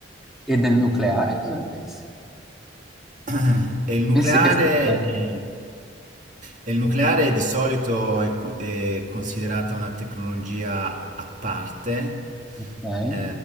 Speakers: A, in the centre; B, on the right.
A: E del nucleare cosa ne pensi?
B: <clears throat> E il nucleare,
A: Pensi che... no,
B: è- e il nucleare di solito è, co- è considerata una tecnologia a parte,
A: Ok.
B: eh,